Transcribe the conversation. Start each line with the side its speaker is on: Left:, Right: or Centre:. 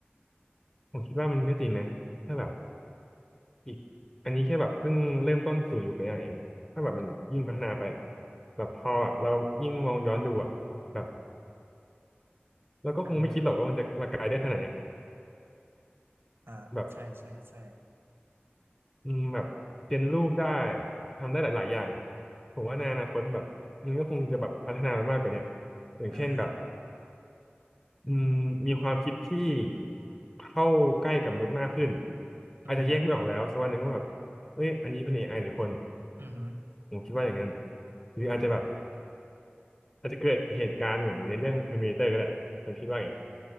Left: ผมคิดว่ามันก็จริงนะถ้าแบบอีกอันนี้แค่แบบเพิ่งเริ่มต้นสู่ยุค AI เองถ้าแบบมันยิ่งพัฒนาไปอะ
Right: อ่า
Left: แบบพอแบบเรายิ่งมองย้อนดูอ่ะแบบเราก็คงไม่คิดหรอกว่ามันจะมาไกลได้ขนาดเนี้ย
Right: อ่าฮะอ่าใช่ใช่ใช่
Left: แบบอืมแบบเจนรูปได้ทำได้หลายๆอย่างผมว่าในอนาคตแบบมันก็คงจะแบบพัฒนาไปมากกว่าเนี้ย
Right: อือฮึ
Left: อย่างเช่นแบบ
Right: อ่าฮะ
Left: อืมมีความคิดที่เข้าใกล้กับมนุษย์มากขึ้น
Right: อือฮึ
Left: อาจจะแยกไม่ออกแล้วสักวันหนึ่งว่าแบบเอ้ยอันนี้เป็น AI หรือคน
Right: อือฮึ
Left: ผมคิดว่าอย่างนั้นหรืออาจจะแบบ
Right: อ่า
Left: อาจจะเกิดเหตุการณ์เหมือนในเรื่อง Terminator ก็ได้ผมคิดว่าไง